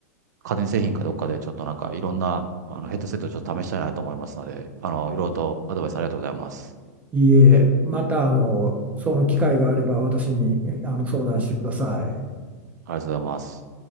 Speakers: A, on the right; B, on the right.
A: 家電製品かどっかでちょっとなんかいろんなあのヘッドセットをちょっと試したいなと思いますので、あの、いろいろとアドバイスありがとうございます。
B: いいえ、またあのその機会があれば私にえあの相談してください。
A: ありがとうございます。